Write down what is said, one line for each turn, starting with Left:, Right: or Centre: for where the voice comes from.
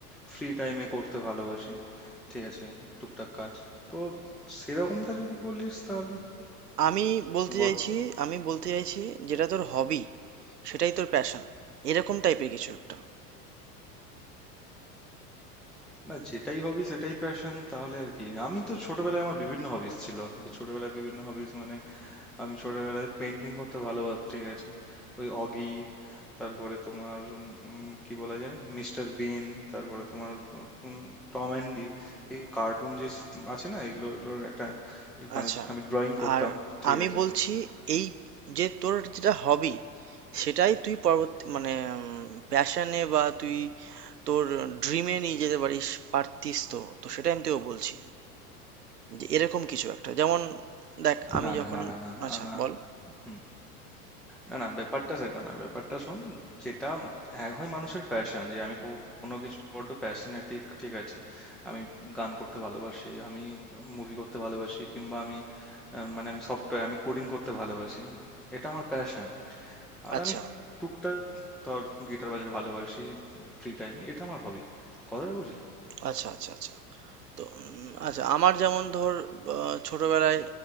Centre: ফ্রি টাইমে করতে ভালোবাসি ঠিক আছে টুকটাক কাজ তো সেরকমটা যদি বলিস তাহলে
Right: আমি বলতে
Centre: বল
Right: চাইছি আমি বলতে চাইছি যেটা তোর হবি সেটাই তোর প্যাশন এরকম টাইপের কিছু একটা
Centre: না যেটাই হবি সেটাই প্যাশন তাহলে আর কি আমি তো ছোটবেলায় আমার বিভিন্ন হবিস ছিল ছোটবেলায় বিভিন্ন হবিস মানে আমি ছোটবেলায় পেন্টিং করতে ভালোবাসি ঠিক আছে ওই অগি তারপরে তোমার উম, কি বলা যায় মিস্টার বিন তারপরে তোমার উম, টম অ্যান্ড জেরি এই কার্টুন যে আছে না এগুলোর এগুলোর একটা মানে
Right: আচ্ছা
Centre: আমি ড্রয়িং করতাম
Right: আর
Centre: ঠিক
Right: আমি
Centre: আছে
Right: বলছি এই যে তোর যেটা হবি সেটাই তুই পরবর্তী মানে প্যাশনে বা তুই তোর ড্রিমে নিয়ে যেতে পারিস পারতিস তো তো সেটাই আমি তোকে বলছি যে এরকম কিছু একটা যেমন দেখ আমি
Centre: না না
Right: যখন
Centre: না না না না
Right: আচ্ছা
Centre: না
Right: বল
Centre: হুম না না ব্যাপারটা সেটা না ব্যাপারটা শোন যেটা এক হয় মানুষের প্যাশন যে আমি কোনো কিছু বড্ড প্যাশনেটিক ঠিক আছে আমি গান করতে ভালোবাসি আমি মুভি করতে ভালোবাসি কিংবা আমি আহ, মানে আমি সফটওয়্যার আমি কোডিং করতে ভালোবাসি এটা আমার প্যাশন আর
Right: আচ্ছা
Centre: আমি টুকটাক ধর গিটার বাজাতে ভালোবাসি ফ্রি টাইমে এটা আমার হবি কথাটা বুঝলি
Right: আচ্ছা আচ্ছা আচ্ছা তো উম, আচ্ছা আমার যেমন ধর আহ, ছোটবেলায়